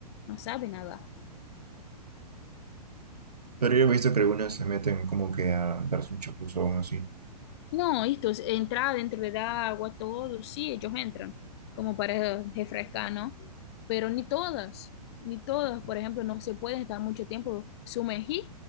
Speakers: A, on the left (about 40°); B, on the right (about 75°).
A: No sabe nada.
B: Pero yo he visto que algunas se meten como que a darse un chapuzón así.
A: No, esto es entrar dentro del agua, todo. Sí, ellos entran, como para refrescar, ¿no? Pero ni todas, ni todas. Por ejemplo, no se pueden estar mucho tiempo sumergir.